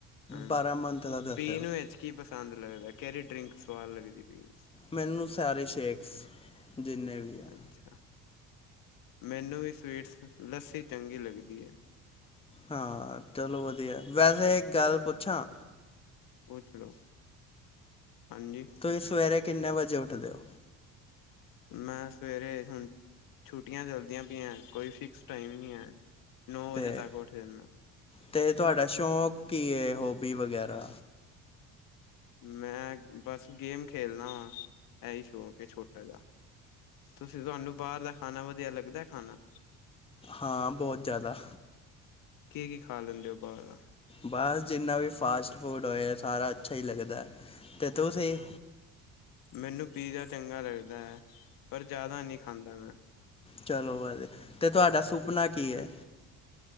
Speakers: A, on the left; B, on the left.
A: ਹਾਂਜੀ
B: ਬਾਰਾਂ ਮੰਥ ਦਾ ਦਸਿਆ
A: ਪੀਣ ਵਿੱਚ ਕੀ ਪਸੰਦ ਲੱਗਦਾ, ਕੇਰੀ ਡਰਿੰਕ ਸਵਾਦ ਲੱਗਦੀ ਪੀਨ'ਚ?
B: ਮੈਨੂੰ ਸਾਰੇ ਸ਼ੇਕਸ, ਜਿੰਨੇ ਵੀ। ਹੈ
A: ਅੱਛਾ। ਮੈਨੂੰ ਵੀ ਸਵੀਟਸ, ਲੱਸੀ ਚੰਗੀ ਲੱਗਦੀ ਐ।
B: ਹਾਂ ਚਲੋ ਵਦੀਆ, ਵੈਸੇ ਇੱਕ ਗੱਲ ਪੁੱਛਾਂ
A: ਪੁੱਛ ਲੋ ਹਾਂਜੀ।
B: ਤੁਸੀਂ ਸਵੇਰੇ ਕਿੰਨੇ ਵਜੇ ਉੱਠਦੇ ਓਂ।
A: ਮੈਂ ਸਵੇਰੇ ਹੁਨ ਛੁੱਟੀਆਂ ਚਲਦੀਆਂ ਪਈ ਐਂ ਕੋਈ ਫਿਕਸ ਟਾਈਮ ਨੀ ਐ, ਨੌ
B: ਤੇ
A: ਵਜੇ ਤੱਕ ਉੱਠ ਜਾਂਨਾ।
B: ਤੇ ਤੁਆਡਾ ਸ਼ੌਕ ਕੀ ਏ ਹੋਬੀ ਵਗੈਰਾ
A: ਮੈਂ ਬਸ ਗੇਮ ਖੇਲਨਾ ਵਾ, ਐਈ ਸ਼ੌਕ ਏ ਛੋਟਾ ਜਾ। ਤੁਸੀਂ ਤਆਨੂੰ ਬਾਰ ਦਾ ਖਾਨਾ ਵਦੀਆ ਲੱਗਦਾ ਖਾਨਾ
B: ਹਾਂ ਬਹੁਤ ਜ਼ਿਆਦਾ
A: ਕੀ-ਕੀ ਖਾ ਲੈਂਦੇ ਓ ਬਾਰ ਦਾ
B: ਬਸ ਜਿੰਨਾ ਵੀ ਫਾਸਟ ਫੂਡ ਹੋਏ ਸਾਰਾ ਅੱਛਾ ਈ ਲੱਗਦਾ, ਤੇ ਤੁਸੀਂ
A: ਮੈਨੂੰ ਪੀਜ਼ਾ ਚੰਗਾ ਲੱਗਦਾ ਐ, ਪਰ ਜਾਦਾ ਨੀ ਖਾਂਦਾ ਮੈਂ।
B: ਚਲੋ ਭਾਜੀ, ਤੇ ਤੁਆਡਾ ਸੁਪਨਾ ਕੀ ਐ।